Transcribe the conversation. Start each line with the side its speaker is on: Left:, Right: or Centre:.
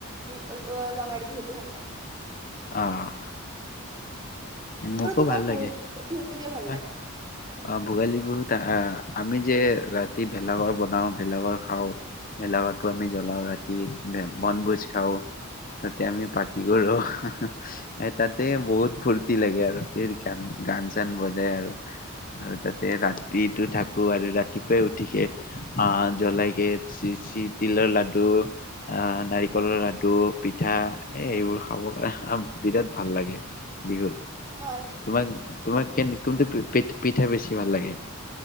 Right: বি লঙাৰী বিহুত। ভাল লাগে।
Left: আহ মোকো
Right: বাৰু তোমাৰ
Left: ভাল
Right: বিহু
Left: লাগে
Right: বিহুটো কিয় ভাল
Left: হা
Right: লাগে
Left: অ ভোগালী বিহুত আহ। আমি যে ৰাতি ভেলাঘৰ বনাওঁ ভেলাঘৰ খাওঁ ভেলাঘৰটো আমি জ্বলাওঁ ৰাতি বনভোজ খাওঁ তাতে আমি পাৰ্টি কৰোঁ। এ তাতে বহুত ফূুৰ্তি। লাগে আৰু তি গান গান চান বজাই আৰু আৰু তাতে ৰাতিতটো থাকো আৰু ৰাতিপুৱাই উঠিকে আহ জ্বলাইকে চ চি তিলৰ লাডু আহ নাৰিকলৰ লাডু পিঠা এ এইবোৰ খাব কাৰণ বিৰাট ভাল লাগে। বিহুল
Right: হয়
Left: তোমাক তোমাক কে ন কোমতে। পি পিঠে বেছি ভাল লাগে।